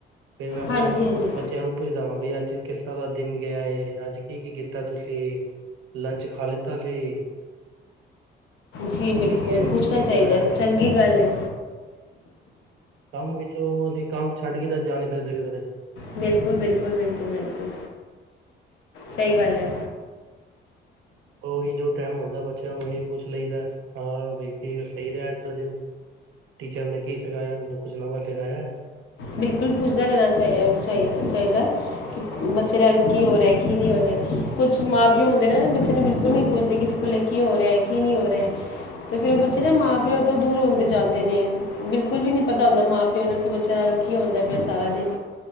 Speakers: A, on the right; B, on the left.
A: ਫੇਰ ਮੈਂ ਆਪਣੇ
B: ਹਾਂਜੀ ਹਾਂਜੀ
A: ਬੱਚਿਆਂ ਨੂੰ ਪੁੱਛਦਾ ਵਾਂ ਬਈ ਅੱਜ ਕਿਸ ਤਰ੍ਹਾਂ ਦਾ ਦਿਨ ਗਿਆ ਏ, ਅੱਜ ਕੀ ਕੀ ਕੀਤ ਕੀ-ਲੰਚ ਖਾ ਲਿਤਾ ਕੀ?
B: ਜੀ ਬਿਲਕੁਲ,
A: ਕੀ
B: ਪੁੱਛਣਾ
A: ਕੀ
B: ਚਾਹੀਦੇ
A: ਕੀ ਹੋਇਆ ਸੀ
B: ਚੰਗੀ ਗੱਲ
A: ਹਾਂ
B: ਏ।
A: ਕੰਮ ਵਿੱਚੋਂ ਅਸੀਂ ਕੰਮ ਛੱਡ ਕੇ ਤਾਂ ਜਾ ਨਹੀਂ ਸਕਦੇ ਕਿਧਰੇ।
B: ਬਿਲਕੁਲ ਬਿਲਕੁਲ ਬਿਲਕੁਲ ਬਿਲਕੁਲ ਸਹੀ ਗੱਲ ਏ।
A: ਉਹੀ ਜੋ ਟੈਮ ਹੁੰਦਾ ਬੱਚਿਆਂ ਨੂੰ ਉਹੀ ਪੁੱਛ ਲਈਦਾ। ਹਾਂ, ਬਈ ਕੀ ਸਹੀ ਰਿਹਾ ਅੱਜ ਦਾ ਦਿਨ। ਟੀਚਰ ਨੇ ਕੀ ਸਿਖਾਇਆ ਕੁਛ ਨਵਾਂ ਸਿਖਾਯਾ?
B: ਬਿਲਕੁਲ ਪੁੱਛਦਾ ਰਹਿਣਾ ਚਾ-ਅ-ਚਾਈ-ਅ- ਚਾਹੀਦੈ ਕਿ
A: ਅਮ,
B: ਬੱਚੇ ਨਾਲ ਕੀ ਹੋਰੇਏ। ਕੀ ਨੀ ਹੋ ਰਿਆ, ਕੁਛ ਮਾਂ-ਪਿਓ ਹੁੰਦੇ ਨਾ ਬੱਚੇ ਨੂੰ ਬਿਲਕੁਲ ਨੀ ਪੁੱਛਦੇ ਕਿ ਸਕੂਲੇ ਕੀ ਹੋ ਰਿਆ ਏ ਕੀ ਨੀ ਹੋ ਰਿਆ ਤੇ ਫਿਰ ਉਹ ਬੱਚੇ ਨਾ ਮਾਂ-ਪਿਓ ਤੋਂ ਦੂਰ ਹੁੰਦੇ ਜਾਂਦੇ ਨੇ, ਬਿਲਕੁਲ ਵੀ ਨੀ ਪਤਾ ਹੁੰਦਾ ਮਾਂ-ਪਿਓ ਨੂੰ ਕਿ ਬਚੇ- ਕੀ ਹੂੰਦਾ ਪਿਆ ਸਾਰਾ ਦਿਨ।